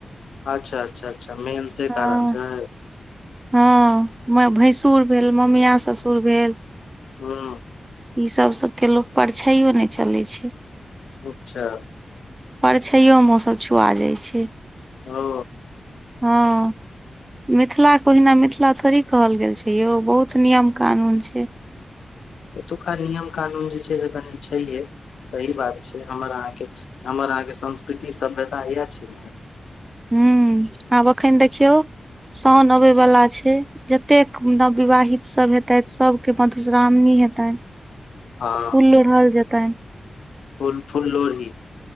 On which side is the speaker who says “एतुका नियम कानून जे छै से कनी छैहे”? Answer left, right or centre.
Left